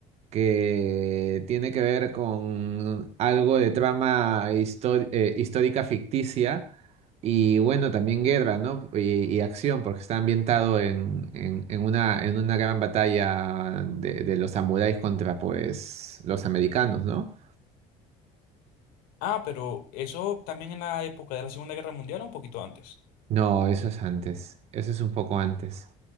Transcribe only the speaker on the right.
que tiene que ver con algo de trama histo- eh, histórica ficticia y bueno, también guerra, ¿no? Y, y acción, porque está ambientado en, en- en una, en una gran batalla de, de los samuráis contra pues los americanos, ¿no?
No, eso es antes, eso es un poco antes.